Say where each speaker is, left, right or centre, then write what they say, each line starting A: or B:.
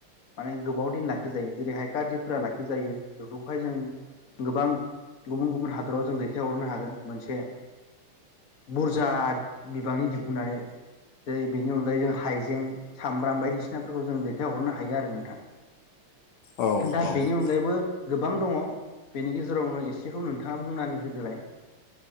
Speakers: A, on the left (about 45°); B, on the left (about 80°).
A: माने गोबाव दिन लाखिजायो जेरैहाय गारज्रिफोरा लाखिजायो बेफोरखौहाय जों गोबां गुबुन गुबुन हादराव जों दैथायहरनो हागोन मोनसे बुरजा बिबांनि दिहुननानै जेरै बेनि अनगायै जों हाइजें सामब्राम बायदिसिनाफोरखौ जों दैथायहरनो हायो आरो नोंथां!
B: औ
A: दा
B: औ ओ
A: बेनि अनगायैबो गोबां दङ बेनि गेजेरावनो एसेखौ नोंथाङा बुंनानै होदोलाय